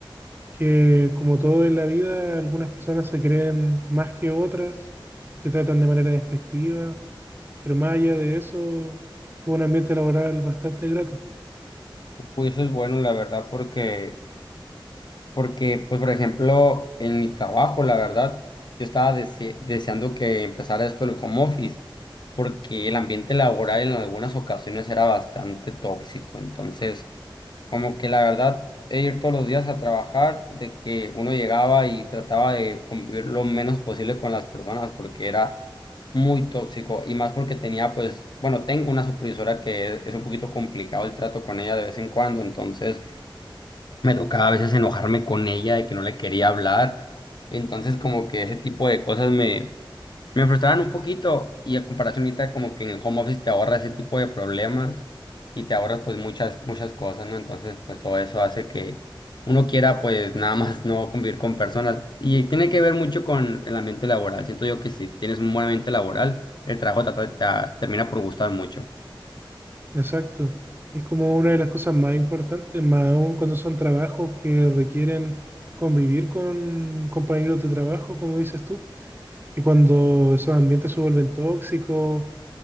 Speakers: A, on the right (about 25°); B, on the left (about 55°).
A: que como todo en la vida, algunas personas se creen más que otras y te tratan de manera despectiva, pero más allá de eso, fue un ambiente laboral bastante grato.
B: Pues, eso es bueno, la verdad, porque, porque pues por ejemplo, en mi trabajo, la verdad, yo estaba dese- deseando que empezara esto el home office, porque el ambiente laboral en algunas ocasiones era bastante tóxico. Entonces Como que la verdad, e ir todos los días a trabajar, de que uno llegaba y trataba de convivir lo menos posible con las personas porque era muy tóxico y más porque tenía pues, bueno, tengo una supervisora que es, es un poquito complicado el trato con ella de vez en cuando, entonces me tocaba a veces enojarme con ella de que no le quería hablar, entonces como que ese tipo de cosas me me frustraban un poquito y a comparación ahorita como que en el home office te ahorra ese tipo de problemas y te ahorras pues muchas, muchas cosas, ¿no? Entonces pues todo eso hace que uno quiera pues nada más no convivir con personas y tiene que ver mucho con el ambiente laboral. Siento yo que si tienes un buen ambiente laboral, el trabajo te, te- te termina por gustar mucho.
A: Exacto. Es como una de las cosas más importantes, más aún cuando son trabajos que requieren convivir con compañeros de trabajo, como dices tú, que cuando esos ambientes se vuelven tóxicos,